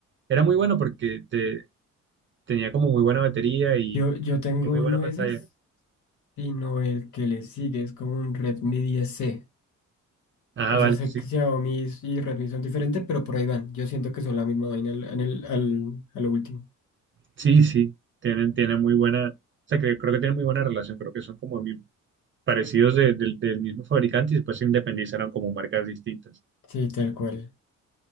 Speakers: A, on the right; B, on the left.
A: era muy bueno porque te- tenía como muy buena batería y,
B: yo, yo tengo
A: y muy buena
B: nueces.
A: pantalla.
B: sino el que le sigue es como un Redmi 10C.
A: Ah,
B: O
A: vale,
B: sea, sé
A: que sí,
B: que Xiaomi y Redmi son diferentes, pero por ahí van. Yo siento que son la misma vaina al, en el- al- a lo último.
A: Sí, sí, tienen, tienen muy buena, o sea, que creo que tienen muy buena relación, creo que son como muy parecidos de- del del mismo fabricante y después se independizaron como marcas distintas.
B: Sí, tal cual.